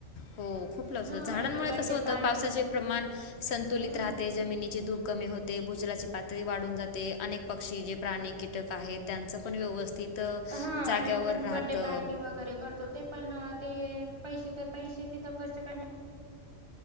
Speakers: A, on the left (about 65°); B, on the right (about 25°).
A: हो खूप लवस
B: हा
A: हो झाडांमुळे
B: एवढे बड्डे
A: कसं होतं
B: पार्टीज
A: पावसाचे प्रमाण संतुलित
B: हा
A: राहते जमिनीची धूप कमी होते भुजलाची पातळी वाढून जाते अनेक पक्षी जे प्राणी कीटक आहेत त्यांचं पण व्यवस्थितं
B: हा आणि
A: जागेवर
B: आपण
A: राहतं
B: बड्डे पार्टी वगैरे करतो ते पण ते पैसे ते पैसे तिथं खर्च करण्या